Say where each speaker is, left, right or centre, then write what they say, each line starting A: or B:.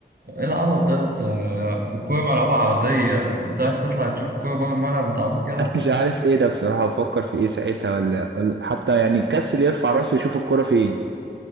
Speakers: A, on the right (about 55°); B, on the right (about 80°).
A: إيه العبط ده يا اسطى يعني الكورة ملعوبة عرضية أنت رايح تطلع تشوف الكورة بره الملعب أنت عبيط يلا
B: <laughs> مش عارف ايه ده بصراحة وفكر في ايه ساعتها ولا, ولا حتى يعني كسل يرفع راسه يشوف الكرة فين